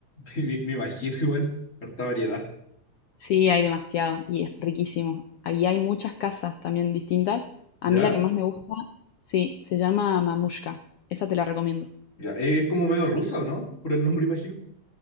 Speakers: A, on the left; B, on the left.
A: me, me imagino igual, harta variedad.
B: Sí, hay demasiado y es riquísimo. Ahí hay muchas casas también distintas. A
A: ¿Ya?
B: mí la que más me gusta, sí, se llama Mamushka. Esa te la recomiendo.
A: Ya. eh, Es como medio rusa, ¿o no? Por el nombre, imagino.